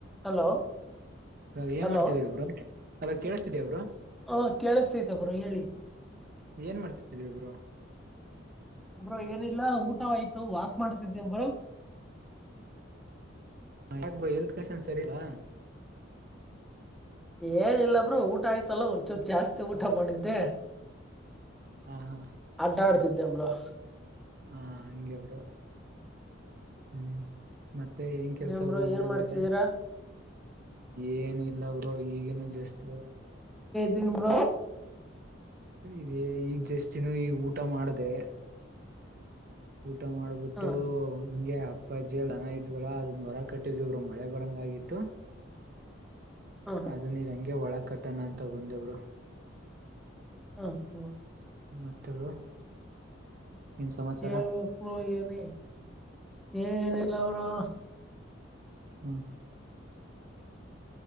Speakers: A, in the centre; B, on the right.
A: Hello
B: ಹ ಏನ್
A: hello
B: ಮಾಡ್ತಿದೀಯಾ ಬ್ರೋ ಅಲ್ಲ ಕೆಳಸ್ತಿದೆಯಾ ಬ್ರೋ?
A: ಹ ಕೇಳಸ್ತೈತ ಬ್ರೋ ಹೇಳಿ.
B: ಏನ್ ಮಾಡ್ತಿದ್ದಿರಿ ಬ್ರೋ.
A: ಬ್ರೋ ಏನಿಲ್ಲ ಊಟಆಯ್ತು ವಾಕ್ ಮಾಡ್ತಿದೀನಿ ಬ್ರೋ.
B: ಹಂಗ ಯಾಕ್ ಬ್ರೋ ಹೆಲ್ತ್ ಕಂಡೀಷನ್ ಸರಿ ಇಲ್ಲವಾ?
A: ಏನಿಲ್ಲ ಬ್ರೋ ಊಟ ಆಯ್ತಲ್ಲ ಒಂಚೂರ್ ಜಾಸ್ತಿ ಊಟ ಮಾಡಿದ್ದೆ.
B: ಹಾ ಹಾ
A: ಅಡ್ಡ ಆಡ್ತಿದ್ದೆ ಬ್ರೋ.
B: ಹಾ ಹಂಗೆ ಬ್ರೋ ಹ್ಮ್. ಮತ್ತೆ ಏನ್
A: ಇನ್ನೇನ್
B: ಕೆಲ್ಸ ಬ್ರೋ ಊರಲ್ಲೆಲ್ಲ.
A: ಏನ್ ಮಾಡ್ತಿದೀರಾ
B: ಏನು ಇಲ್ಲ ಬ್ರೋ ಈಗಿನು ಜಸ್ಟ್
A: ದಿನ ಬ್ರೋ.
B: ಇದೇ ಈಗ ಜಸ್ಟ್ ಇನ್ನೂ ಈಗ್ ಊಟ ಮಾಡ್ದೇ. ಊಟ ಮಾಡ್ಬಿಟ್ಟು
A: ಹ
B: ಹಿಂಗೆ ಅಪ್ಪಜ್ಜಿಯಲ್ ದನ ಇದ್ವಲ್ಲ ಅದನ್ನ ಕಟ್ಟಿದ್ರೂ ಬ್ರೋ ಮಳೆ ಬರಂಗ ಆಗಿತ್ತು.
A: ಹ
B: ಅದನ್ನ ಈಗ್ ಹಂಗೆ ಒಳಗ್ ಕಟ್ಟಣ ಅಂತ ಬಂದೆ ಬ್ರೋ.
A: ಹ ಹಾ
B: ಮತ್ತ ಬ್ರೋ. ಏನ್ ಸಮಾಚಾರ
A: ಹೇಳ್ಬೇಕ ಬ್ರೋ ಏನಿ ಏ ಏನಿಲ್ಲ ಬ್ರೋ.
B: ಹಂ.